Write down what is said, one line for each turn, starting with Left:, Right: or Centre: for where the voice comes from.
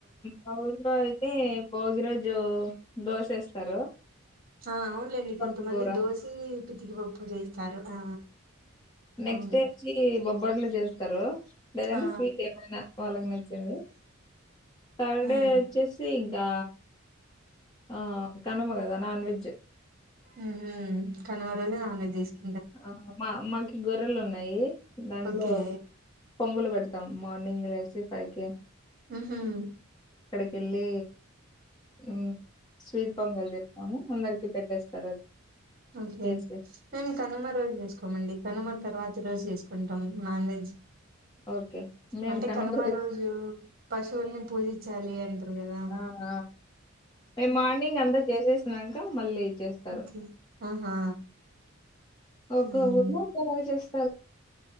Left: మా ఊర్లో అయితే భోగి రోజు దోశఏస్తారు
Right: ఆ అవునులేండి
Left: పప్పు
Right: కొంతమంది
Left: కూర
Right: దోసి పితికి పప్పు చేస్తారు ఆ
Left: నెక్స్ట్
Right: అవును
Left: డే వచ్చి బొబ్బట్లు చేస్తారు లేదంటే
Right: ఆ
Left: స్వీట్ ఏమైనా వాళ్ళకి నచ్చి ఏంది తర్డే
Right: ఉమ్
Left: వచ్చేసి ఇంకా ఆ కనుమగదా నాన్ వెజ్
Right: హ్మ్ కనుమ రోజే నాన్వెజ్ చెసిం
Left: ఆ మా మంకీ గొర్రెలు ఉన్నా యి దాంట్లో
Right: ఓకే
Left: పొంగులు పెడతాం మా ల్డింగ్ లేసీ పైకి
Right: మ్మ్
Left: పెళ్ళి మ్మ్ స్వీట్ పొంగలు చేస్తాము అందరికి పెట్టేస్తారు అ
Right: ఓకే
Left: చేసి
Right: మేము కనుమ రోజు చేసుకోమండి కనుమ తర్వాతి రోజు చేసుకుంటాం నాన్ వెజ్
Left: ఓకే మేము
Right: అంటే
Left: కనుక
Right: కనుమ రోజు పశువుల్ని పూజించాలి అంట <unintelligible>
Left: ఆ ఆ మే మార్నింగ్ అంతా చేసేస్ ఇంకా మళ్ళీ చేస్తారు
Right: ఓకే హా హా
Left: ఒక్క
Right: మ్మ్
Left: ఊర్లో ఒకేలాగా చేస్తారు